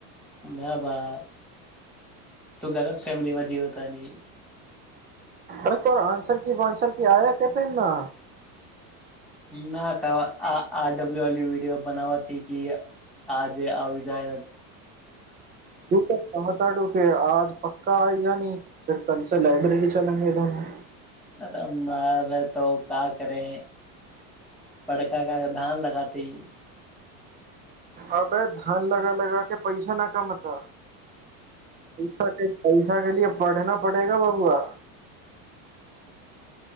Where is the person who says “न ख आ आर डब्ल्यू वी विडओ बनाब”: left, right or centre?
Centre